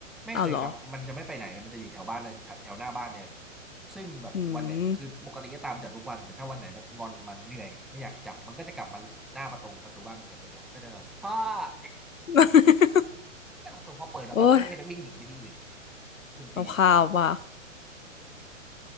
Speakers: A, in the centre; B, on the left (about 80°).
A: ไม่เคยครับมันจะไม่ไปไหนเลยมันจะอยู่แถวบ้านเนี่ยแถวแถวหน้าบ้านเนี่ยแหละ
B: อ้าวเหรอ
A: ซึ่งแบบวันเนี่ยคือปกติก็ตามจับทุกวันแต่ถ้าวันไหนแบบงอนมันเหนื่อยไม่อยากจับมันก็จะกลับมาหน้าประตูประตูบ้านมันกับตัวจองมันก็จะแบบพ่อเอ๊ะ
B: อืม <laughs>
A: หน้าประตูพอเปิดออกไปปุ๊บมันก็จะวิ่งหนีไปที่อื่น
B: โอ้ย
A: กุนตีน
B: สภาพว่ะ